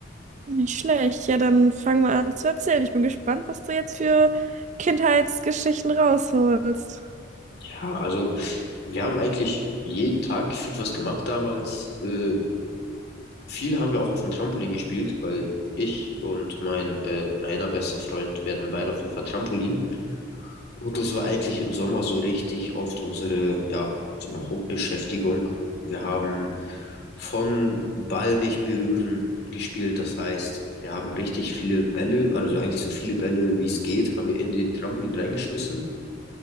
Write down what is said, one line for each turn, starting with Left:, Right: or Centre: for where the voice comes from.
Right: Nicht schlecht. Ja, dann fang mal an zu erzählen. Ich bin gespannt, was du jetzt für Kindheitsgeschichten rausholst.
Left: Ja, also wir haben eigentlich jeden Tag gefühlt was gemacht damals. Äh, viel haben wir auch auf dem Trampolin gespielt, weil ich und mein äh, einer bester Freund, wir hatten beide auf jeden Fall Trampolin. Und das war eigentlich im Sommer so richtig oft unsere, ja, sagen wir, mal, Hauptbeschäftigung. Wir haben von Ball nicht berühren gespielt. Das heißt, wir haben richtig viele Bälle, also eigentlich so viele Bälle, wie es geht, haben wir in den Trampolin reingeschmissen